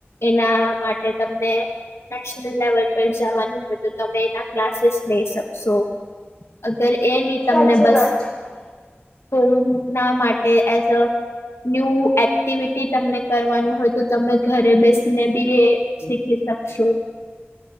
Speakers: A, on the left; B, on the left.
A: એના માટે તમને નેશનલ લેવલ પર જવાનું હોય તો તમે એના ક્લાસીસ લઈ શક સોં અગર એ ની તમને
B: સાચી
A: બસ
B: વાત છે
A: ફોમ ના મા ટે એઝ ન્યૂ એક્ટિવિટી તમને કરવાનું હોય તો તમે ઘરે બેસીને બી શીખી શકશો